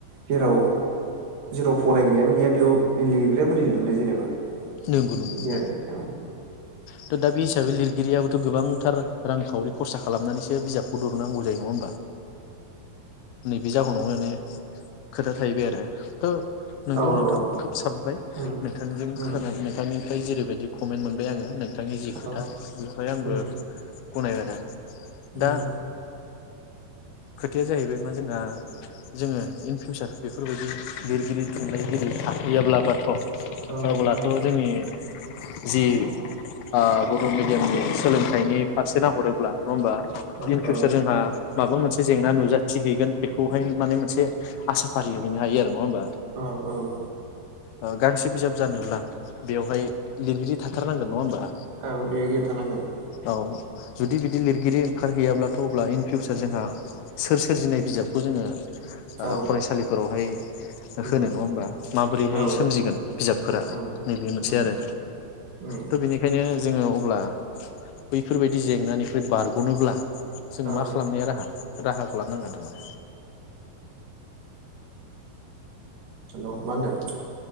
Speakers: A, on the right (about 60°); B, on the left (about 80°).
A: जेराव जेराव फरायग्रायानो गैया बेयाव लिरग्राया माबोरै लिरनो नों जेनेबा
B: नंगौ नंगौ
A: बिदि आरो
B: औ। थ' दा बे हिसाबै लिरगिरियाबोथ' गोबांथार रांखावरि खरसा खालामनानैसो बिजाबखौ दरननांगौ जायो नङा होमबा नैबे जाहोनाव माने खोथा थाहैबाय आरो थ' नोंगौ
A: औ औ
B: नोंथां
A: औ
B: खोब साबबाय
A: उम
B: नोंथांजों खोननाय
A: उम
B: मेथाइनिफ्राय जेरैबायदि जि कमेन्ट मोनबाय आङो नों थांनि जि खोथा
A: औ
B: बेखौहाय आंबो
A: उम
B: गनायबाय आरो
A: उम
B: दा खोथाया जाहैबाय मा जोंना जोङो इन फिउसार बेफोरबायदि लिरगिरि थुनलाइगिरि थाहैयाब्ला बाथ'
A: औ
B: अब्लाथ'
A: औ
B: जोंनि जि आ बर' मिडियामनि सोलोंथाइनि फारसे नाहरोब्ला‌ नङा होमबा
A: औ
B: इन फिउसार
A: औ
B: जोंहा‌ माबा मोनसे जेंना नुजाथि हैगोन बेखौहाय माने मोनसे आसा फारिहैनो हायो आरो नङा होमबा
A: औ औ
B: ओ गांसे बिजाब जानोब्ला बेवहाय लिरगिरि थाथारनांगोन नङा होमबा
A: औ लिरगिरि थानांगोन
B: औ जुदि बिदि लिरगिरि ओंखारहै अब्लाथ' अब्ला इन फिउसार जोंहा सोर सोरजिनाय बिजाबखौ जोङो आ
A: औ
B: फरायसालिफोरावहाय होनो
A: उम
B: नङा होमबा माबोरैहाय
A: औ
B: सोमजिगोन बिजाबफोरा
A: उम
B: नैबे मोनसे
A: उम
B: आरो
A: उम
B: थ' बेनिखायनो जोङो अब्ला बैफोरबायदि जेंनानिफ्राय बारग'नोब्ला जों
A: औ
B: मा खालामनाया राहा राहाखौ लनांगोन
A: उनाव मा होनदों